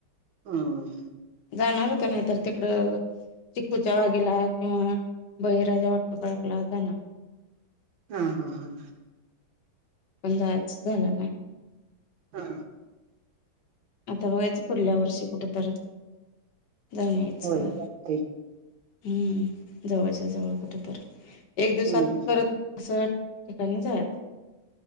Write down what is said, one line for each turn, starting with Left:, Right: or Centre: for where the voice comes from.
Right: हम्!
Left: जाणार होत नाहीतर तिकडं चिक्कूच्या बागेला किंवा बळीराच्या वॉटर पार्कला जाणार
Right: हा हा हा हा हा.
Left: पण जायचंच झालं नाही.
Right: हा.
Left: आता बघायचं पुढल्या वर्षी कुठ तर, जाऊन यायचं.
Right: होय चालतंय
Left: हम्म! जवळच्या जवळ कुठ तर? एक दिवसात
Right: हम्म हम्म
Left: परत अस ठिकाणी जायच.